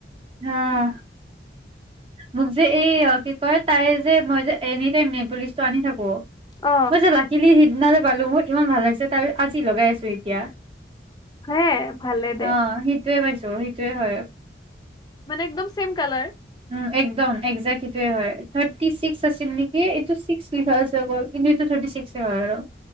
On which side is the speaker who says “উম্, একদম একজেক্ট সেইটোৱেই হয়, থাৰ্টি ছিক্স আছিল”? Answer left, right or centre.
Right